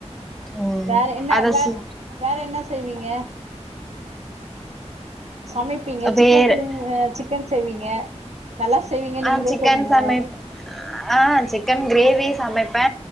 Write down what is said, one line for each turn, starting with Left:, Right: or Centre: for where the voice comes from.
Centre: ம்
Right: வேற என்ன
Centre: அத
Right: வேற
Centre: சு
Right: வேற என்ன செய்வீங்க சமைப்பீங்க சிக்கன்
Centre: வேற
Right: செய்வீங்க சிக்கன் செய்வீங்க நல்லா செய்வீங்க நீங்களே
Centre: ஆ சிக்கன்
Right: சொன்னீங்க
Centre: சமைப் ஆ சிக்கன் கிரேவி சமைப்பே